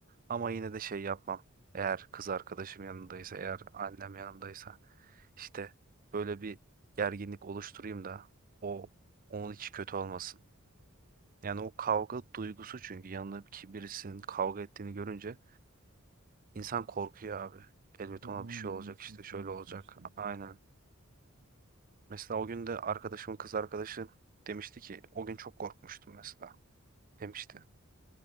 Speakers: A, on the right; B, on the right.
A: Ama yine de şey yapmam. Eğer kız arkadaşım yanındaysa, eğer annem yanındaysa işte böyle bir gerginlik oluşturayım da o onun hiç kötü olmasın. Yani o kavga duygusu çünkü yanındaki birisinin kavga ettiğini görünce insan korkuyor abi. Elbet
B: Ya
A: ona
B: onun
A: bir şey
B: gerilmesini
A: olacak işte
B: istemiyorsun
A: şöyle olacak.
B: işte.
A: Aynen. Mesela o gün de arkadaşımın kız arkadaşı demişti ki o gün çok korkmuştum mesela demişti.